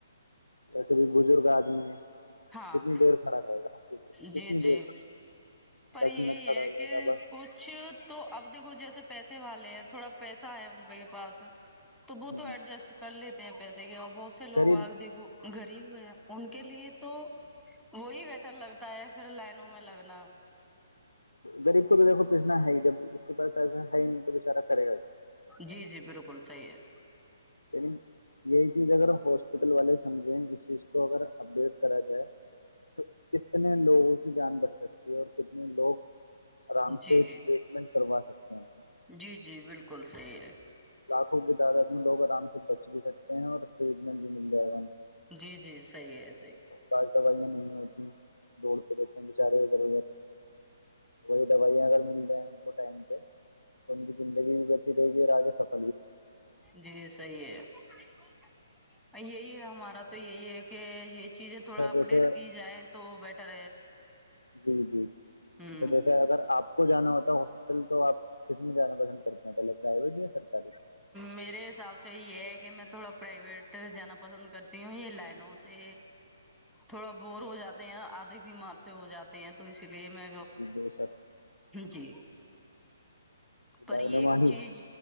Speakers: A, on the left; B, in the centre.
A: ویسے بھی بزرگ آدمی ہے
B: ہاں
A: کتنی دیر کھڑا رہے گا کتنی
B: جی جی
A: دیر
B: پر
A: دس
B: یہی
A: منٹ کھڑا
B: ہے
A: ہو جائے
B: کہ
A: گا بس
B: کچھ تو اب دیکھو جیسے پیسے والے ہیں تھوڑا پیسا ہے روپ کے پاس تو وہ
A: ہ
B: تو ایڈجسٹ کر لیتے ہیں پیسے کے بہت سے لوگ
A: غریب
B: آگ دیکھو غریب ہوئے ہیں ان کے لیے تو وہی بیٹر لگتا ہے پھر لائنوں میں لگنا
A: غریب کو بھی دیکھو پیچنا ہے ہی جب اس کے پاس ایسا ہے ہی نہیں تو بچارہ کرے گا
B: جی جی بالکل صحیح ہے
A: لیکن یہی چیز اگر ہاسپٹل والے سمجھیں اس چیز کو اگر اپڈیٹ کرا جائے تو کتنے لوگوں کی جان بچ سکتی ہے اور کتنے لوگ آرام
B: جی
A: سے ریٹمنٹ کروا سکتے ہیں آ
B: جی جی بالکل صحیح ہے
A: لاکھوں کی تعداد میں لوگ آرام سے بچ بھی سکتے ہیں اور ٹریٹمنٹ بھی مل جائے گا ہم
B: جی جی صحیح ہے صحیح
A: بعض دوائیاں نہیں ہوتییں دوڑتے رہتے ہیں بیچارے ادھر ادھر وہی دوائیاں اگر مل جائیں ان کو ٹائم پہ تم کی زندگی بھی بچی رہے گی یہ آگے سب
B: جی صحیح ہے <unintelligible> یہی ہے ہمارا تو یہی ہے کہ یہ چیزیں تھوڑا
A: اچھا
B: اپ
A: جیسے
B: ڈیٹ کی جائیں تو بیٹ طر
A: جی جی
B: ہوں
A: اچھا جیسے اگر آپ آ کو جانا ہوتا ہے ہاسپٹل تو آپ کس میں جانا پسند کرتے ہیں پہلے پرائیویٹ یا سرکاری
B: میرے حساب سے یہ ہے کہ میں تھوڑا پرائیویٹ جانا پسند کرتی ہوں یہ لائنوں سے تھوڑا بور ہو جاتے ہیں آدے بیمار سے ہو جاتے ہیں تو اسی لی میں
A: جی بے شک
B: جی پر
A: رہنمائی
B: ایک چیز